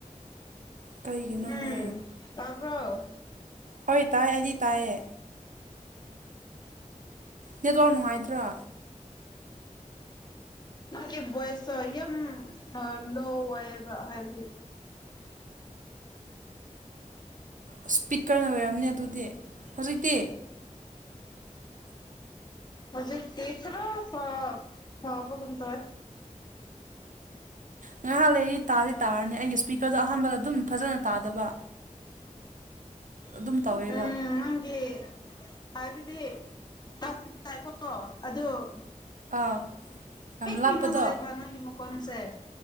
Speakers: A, on the right; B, on the left.
A: ꯀꯔꯤꯒꯤꯅꯣꯅꯦ
B: ꯎꯝ ꯇꯕ꯭ꯔꯣ
A: ꯍꯣꯏ ꯇꯥꯏ ꯑꯩꯗꯤ ꯇꯥꯏꯌꯦ ꯅꯦꯠ ꯋꯥꯛ ꯅꯨꯡꯉꯥꯏꯗ꯭ꯔꯣ
B: ꯅ‌ꯪꯒꯤ ꯚꯣꯏꯁꯇꯣ ꯌꯥꯝ ꯂꯣ ꯑꯣꯏꯌꯦꯕ ꯍꯥꯏꯕꯗꯤ
A: ꯏꯁꯄꯤꯀꯔꯅ ꯑꯣꯏꯔꯝꯅꯦ ꯑꯗꯨꯗꯤ ꯍꯧꯖꯤꯛꯇꯤ
B: ꯍꯧꯖꯤꯇꯤ ꯈꯔ ꯐ ꯐꯕꯒꯨꯝ ꯇꯧꯑꯦ
A: ꯉꯥꯏꯍꯥꯛ ꯂꯩꯔꯤ ꯇꯥꯗꯤ ꯇꯥꯔꯅꯤ ꯑꯩꯒꯤ ꯏꯁꯄꯤꯀꯔꯗꯣ ꯑꯍꯥꯟꯕꯗ ꯑꯗꯨꯝ ꯐꯖꯅ ꯇꯥꯗꯕ ꯑꯗꯨꯝ ꯇꯧꯋꯦꯕ
B: ꯎꯝ ꯅꯪꯒꯤ ꯍꯥꯏꯕꯗꯤ ꯇꯥꯗꯤ ꯇꯥꯏꯀ‌ꯣ ꯑꯗ‌‌ꯣ
A: ꯑꯥ ꯌꯥꯝ
B: ꯄꯤꯛ
A: ꯂꯥꯞꯄꯗꯣ
B: ꯄꯤꯛꯅ ꯇꯥꯏꯕ ꯅꯪꯒꯤ ꯃꯈꯣꯟꯁꯦ